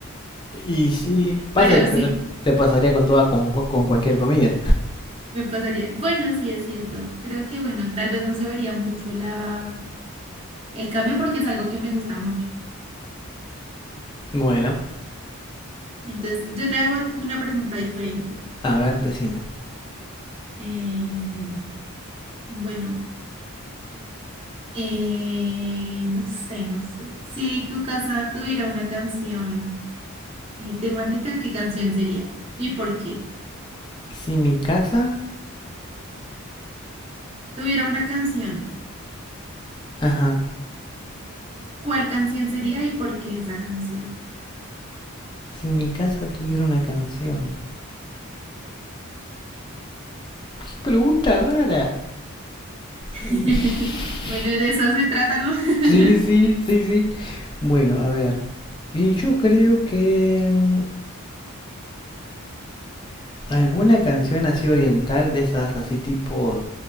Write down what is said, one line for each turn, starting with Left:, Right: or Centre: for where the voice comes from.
Left: Y sí, pasa,
Right: Pero sí,
Left: pero te pasaría con toda, con, con cualquier comida.
Right: me pasaría. Bueno, sí, es cierto. Creo que bueno, tal vez no se vería mucho la, el cambio porque es algo que me gusta mucho.
Left: Bueno,
Right: Entonces, yo te hago una pregunta diferente.
Left: a ver, decime.
Right: Eh, bueno, eh, no sé, no sé. Si tu casa tuviera una canción eh, temática, ¿qué canción sería? ¿Y por qué?
Left: Si mi casa,
Right: Tuviera una canción,
Left: ajá,
Right: ¿cuál canción sería y por qué esa canción?
Left: si mi casa tuviera una canción. Qué pregunta rara.
Right: <laughs>
Left: <laughs>
Right: Bueno, de eso se trata, ¿no? <laughs>
Left: Sí, sí, sí, sí. Bueno, a ver. Y yo creo que mm, ¿Alguna canción así oriental de esas así tipo